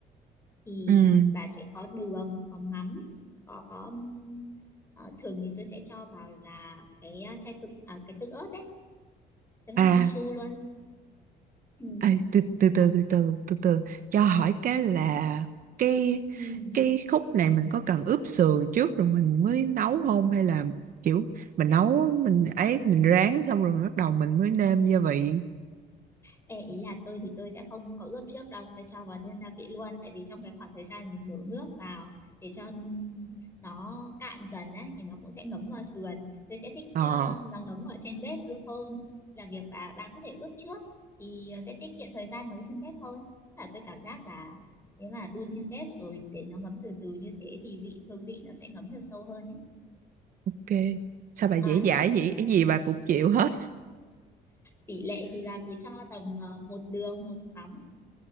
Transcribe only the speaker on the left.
thì
bà sẽ có đường có mắm có um, ờ, thường thì tôi sẽ cho vào là cái à, chai tự à, cái tương ớt đấy tương
ớt Chinsu luôn ừ.
Sau-
Ừ.
Ê, ý là tôi thì tôi sẽ không có ướp trước đâu, tôi cho vào thiên gia vị luôn, tại vì trong cái khoảng thời gian mình đổ nước vào để cho nó cạn dần á, thì nó cũng sẽ ngấm vào sườn. Tôi sẽ thích
ờ, nó ngấm ở trên bếp luôn hơn là việc bà bà có thể ướp trước thì ờ, sẽ tiết kiệm thời gian nấu trên bếp hơn. Là tôi cảm giác là nếu mà đun trên bếp rồi để nó ngấm từ từ như thế thì vị hương vị nó sẽ ngấm được sâu hơn ấy.
À,
tỷ
tỷ lệ thì là cứ cho tầm ờ, một đường một mắm